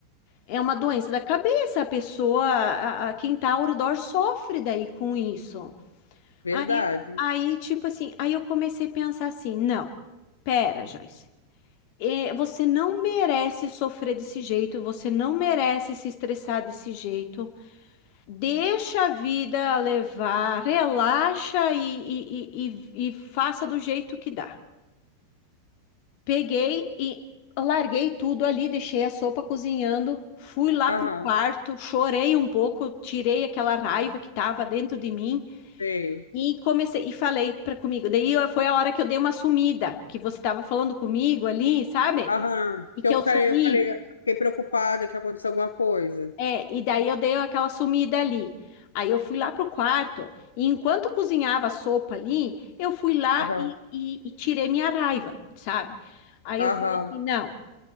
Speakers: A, on the left; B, on the left.
A: É uma doença da cabeça, a pessoa, a, a- quem tá ao redor sofre daí com isso.
B: Verdade.
A: Aí, aí, tipo assim, aí eu comecei a pensar assim, não, pera, Joyce, eh, você não merece sofrer desse jeito, você não merece se estressar desse jeito. Deixa a vida levar, relaxa e, e, e, e- e faça do jeito que dá. Peguei e larguei tudo ali, deixei a sopa cozinhando, fui lá
B: Aham,
A: pro quarto, chorei um pouco, tirei aquela raiva que estava dentro de mim
B: sei.
A: e comecei e falei para comigo. Daí eu- foi a hora que eu dei uma sumida, que você estava falando comigo ali, sabe?
B: Aham.
A: E que
B: Que Eu
A: eu
B: fiquei,
A: sumi.
B: eu falei, fiquei preocupada que aconteceu alguma coisa.
A: É, e daí eu dei aquela sumida ali. Aí eu fui lá pro quarto e enquanto cozinhava a sopa ali, eu fui lá
B: Aham,
A: e, e- e tirei minha raiva, sabe? Aí
B: aham.
A: eu falei assim, não,